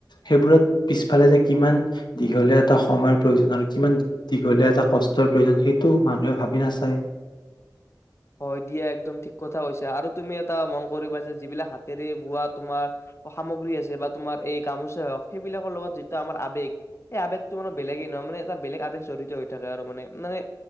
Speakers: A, on the left (about 80°); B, on the left (about 35°).
A: সেইবোৰত পিছফালে যে কিমান দীঘলীয়া এটা সময়ৰ প্ৰয়োজন আৰু কিমান দীঘলীয়া এটা কষ্টৰ প্ৰয়োজন সেইটো মানুহে ভাবি নাচায়।
B: হয় দিয়া একদম ঠিক কথা হৈছে আৰু তুমি এটা মন কৰিবা যে যিবিলাক হাতেৰে বোৱা তোমাৰ সামগ্ৰী আছে বা তোমাৰ এই গামোচা হওঁক সেইবিলাকৰ লগত যিটো আমাৰ আৱেগ সেই আৱেগটো মানে বেলেগে নহয় মানে এটা বেলেগ আৱেগ জড়িত হৈ থাকে আৰু মানে মানে